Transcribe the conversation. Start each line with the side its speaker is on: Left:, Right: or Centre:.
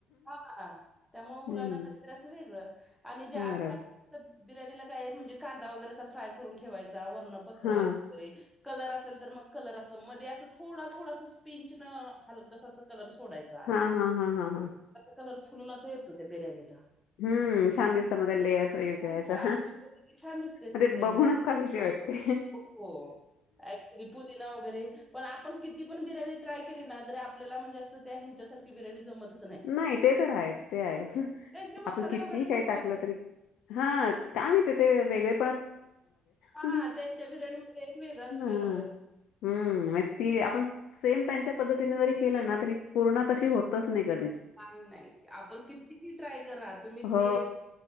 Centre: हा -त्यामुळे मुलांना
Left: हम्म
Centre: कधीतरी असं वेगळ आणि जे आम्ही
Left: बरोबर.
Centre: अस बिर्याणीला काय म्हणजे कांदा वगैरे असं फ्राय करून ठेवायचा- त्यावरनं पसरवायचं-
Left: हा
Centre: कलर असेल तर मग कलर अस मध्ये असं थोडा थोडास स्पिंच न हलकंस अस कलर सोडायचा.
Left: हा हा हा हा हा.
Centre: कलर फुलून असं येत तो. त्या बिर्याणीला
Left: हम्म- छान दिसत म ते लेयर्स ते
Centre: छान
Left: अशा.
Centre: छान छान दिसते ती
Left: म ते
Centre: बिर्याणी.
Left: बघूनच खाविशी वाटते.
Centre: हो, हो. ॲक्चुअली पुदिना वगैरे पण आपण किती पण बिर्याणी ट्राय केली ना तरी आपल्याला म्हणजे असं त्या ह्यांच्यासारखी बिर्याणी जमतच नाही.
Left: नाही ते तर आहेच. ते आहेच.
Centre: हां. त्यांचे मसाले
Left: आपण कितीही
Centre: वगैरे
Left: काही
Centre: भरपूर
Left: टाकलं तरी, हा काय माहिती ते वेगळे
Centre: हां,
Left: <unintelligible>
Centre: त्यांच्या बिर्याणीमध्ये एक वेगळा स्मेल
Left: ह
Centre: वगैरे
Left: हम्म. मग ती आपण सेम त्यांच्या पद्धतीने जरी केलं ना तरी पूर्ण तशी होतच नाही ग.
Centre: नाही नाही. आपण कितीबी ट्राय करा, तुम्ही
Left: हो
Centre: तेल